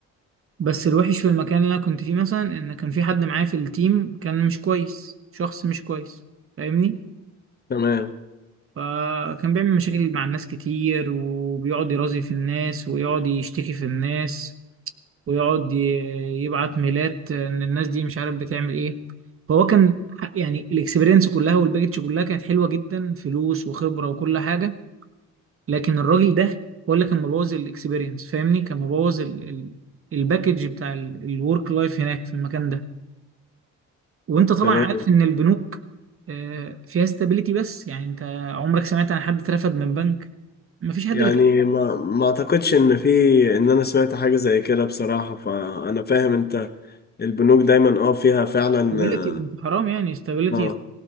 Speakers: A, on the right (about 45°); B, on the left (about 30°).
A: بس الوحش في المكان اللي انا كنت فيه مثلا ان كان في حد معايا في التيم كان مش كويس شخص مش كويس فاهمني
B: تمام
A: فكان بيعمل مشاكل مع الناس كتير وبيقعد يرازي في الناس ويقعد يشتكي في الناس ويقعد ي- يبعت ميلات ان الناس دي مش عارف بتعمل ايه فهو كان ح- يعني الاكسبيرينس كلها والباكج كلها كانت حلوة جدا فلوس وخبرة وكل حاجة لكن الراجل ده هو اللي كان مبوظ الاكسبيرينس فاهمني كان مبوظ ال- ال- الباكج بتاع الورك لايف هناك في المكان ده وانت طبعا
B: تمام
A: عارف ان البنوك آه، فيها استابيليتي بس يعني انت عمرك سمعت عن حد اترفد من بنك مفيش حد
B: يعني
A: بيتقبل
B: ما ما اعتقدش ان في ان انا سمعت حاجة زي كده بصراحة فانا فاهم انت البنوك دايما اه فيها فعلا
A: استابيليتي
B: اه
A: انت حرام يعني استابيليتي
B: آه،